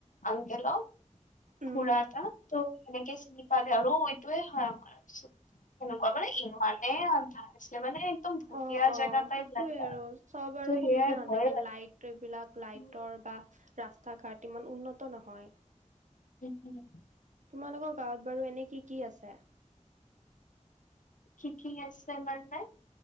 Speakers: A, on the left (about 80°); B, on the right (about 70°).
A: আংকুলক,
B: উম
A: খুড়া এটা। ত' সেনেকে চিনি পালে। আৰু এইটোৱে হয়, আমাৰ। <unintelligible> এনেকুৱা মানে, ইমানে আন্ধাৰ আছিলে, মানে একদম ভুটীয়া
B: অ' অ'!
A: জেগা টাইপ
B: সেইটোযৱে
A: লাগে ত'
B: আৰু চব আৰু
A: সেয়াই
B: সুবিধা নাথাকে,
A: ভয়ে লাগে
B: লাইট <unintelligible> বিলাক, লাইটৰ
A: উম,
B: বা ৰাস্তা-ঘাট, ইমান উন্নত নহয়।
A: <inaudible>
B: তোমালোকৰ গাঁৱত বাৰু এনে কি কি আছে?
A: কি কি আছে মানে?